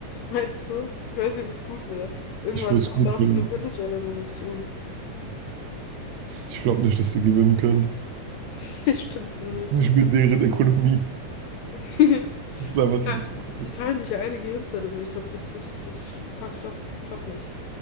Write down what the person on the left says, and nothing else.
Meinst du? Ich weiß nicht, ob es gut wäre. Irgendwann
kommt
da noch
so eine Villager-Revolution.
<laughs> Das stimmt, die sind richtig.
<laughs>
Die teilen,
die teilen sich ja eine Gehirnzelle, so ich glaube, das ist, das pa- schafft- klappt nicht.